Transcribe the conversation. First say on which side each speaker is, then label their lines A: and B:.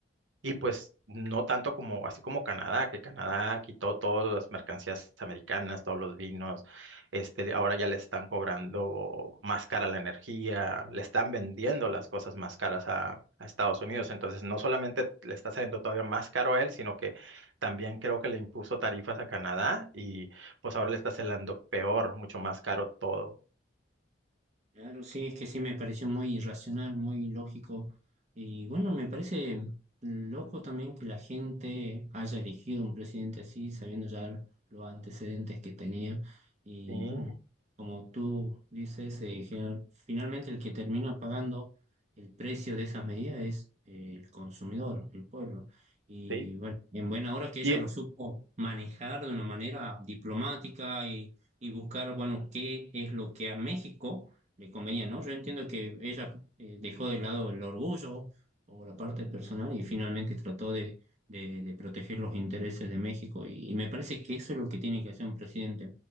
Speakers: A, on the right; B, on the right.
A: y pues no tanto como, así como Canadá, que Canadá quitó todas las mercancías americanas, todos los vinos, este, ahora ya le están cobrando más cara la energía, le están vendiendo las cosas más caras a, a Estados Unidos. Entonces, no solamente le está saliendo todavía más caro a él, sino que también creo que le impuso tarifas a Canadá y pues ahora le está saliendo peor, mucho más caro todo.
B: Claro, sí, es que sí me pareció muy irracional, muy lógico Y bueno, me parece loco también que la gente haya elegido un presidente así, sabiendo ya los antecedentes que tenía. Y
A: Sí,
B: bueno, como tú dices, eh, general- finalmente el que termina pagando el precio de esas medidas es eh, el consumidor, el pueblo. Y
A: sí.
B: bueno, en buena hora que ella
A: Y
B: lo supo manejar de una manera diplomática y, y buscar, bueno, qué es lo que a México le convenía, ¿no? Yo entiendo que ella eh, dejó de lado el orgullo o la parte personal y finalmente trató de, de- de proteger los intereses de México. Y, y me parece que eso es lo que tiene que hacer un presidente.